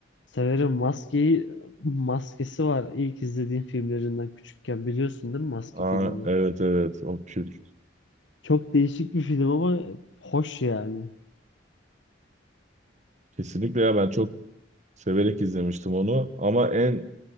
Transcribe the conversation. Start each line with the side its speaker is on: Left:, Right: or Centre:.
Left: severim. Maskeyi maskesi var. İlk izlediğim filmlerinden küçükken biliyorsun değil mi Maske
Right: Aa,
Left: filmini?
Right: evet evet. O kült.
Left: Çok değişik bir film ama hoş yani.
Right: Kesinlikle ya ben çok severek izlemiştim onu. Ama en